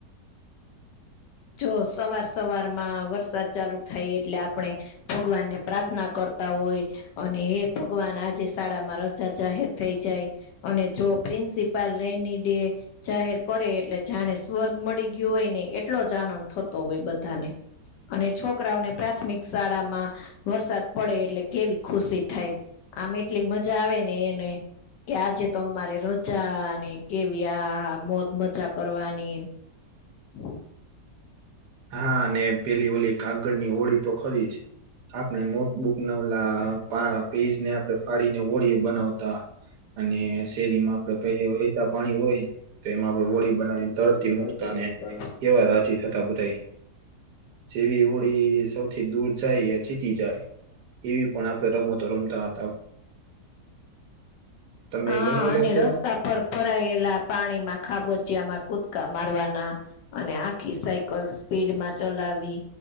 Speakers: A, on the left; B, on the right.
A: જો સવાર સવારમાં વરસાદ ચાલુ થાય એટલે આપણે ભગવાનને પ્રાર્થના કરતા હોય. અને એ ભગવાન આજે શાળામાં રજા જાહેર થઈ જાય. અને જો પ્રિન્સિપાલ રેની ડે, જાહેર કરે એટલે જાણે સ્વર્ગ મળી ગયું હોય ને એ ટલોજ આનંદ થતો હોય બધાને અને છોકરાઓને પ્રાથમિક શાળામાં વરસાદ પડે એટલે કેવી ખુશી થાય. આમ એટલી મજા આવે ને એને કે આજે તો અમારે રજા ને કેવી આ મોજ મજા કરવાની <inaudible>
B: હા ને પેલી વલી કાગળની હોળી તો ખરી જ. આપણે નોટબુક ના ઓલા પા પેજને આપણે ફાડીને હોળી યે બનાવતા. અને શેરીમાં આપડે તે વહેતા પાણી હોય તો એમાં આપડે હોળી
A: રંગોળી
B: બનાવીને
A: બનાવી
B: તરતી
A: તરથી
B: મુકતાને
A: મુકતા
B: કેવા રાજી થતા. તા બધા એ, જેવી હોડી સૌથી દૂર જાય એ જીતી જાય. એવી પણ આપણે રમતો રમતા હતા. તમે
A: હા
B: રમેલા
A: અને
B: છો
A: રસ્તા
B: આ
A: કેટલા ભરાયેલા પાણીમાં, ખાબોચિયામાં કુદકા મારવાના! ! અને આખી સાયકલ સ્પીડમાં ચલાવી,,